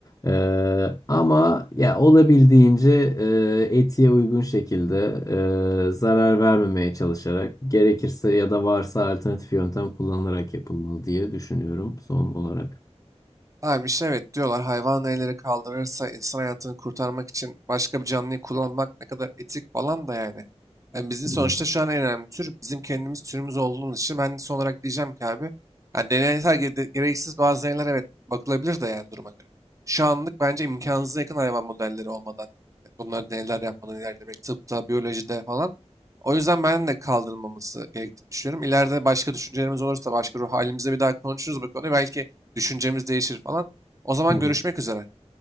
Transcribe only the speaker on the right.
Abi işte evet diyorlar hayvan elleri kaldırırsa insan hayatını kurtarmak için başka bir canlıyı kullanmak ne kadar etik falan da yani. Yani bizim
sonuçta
şu an en önemli tür bizim kendimiz türümüz olduğumuz için ben son olarak diyeceğim ki abi yani deneysel ge- gereksiz bazı deneyler evet bakılabilir de yani duruma göre. Şu anlık bence imkansıza yakın hayvan modelleri olmadan e, bunları deneyler yapmadan ilerlemek tıpta, biyolojide falan. O yüzden ben de kaldırılmaması gerektiğini düşünüyorum. İleride başka düşüncelerimiz olursa başka ruh halimizde bir daha konuşuruz bu konuyu. Belki düşüncemiz değişir falan. O zaman
görüşmek üzere.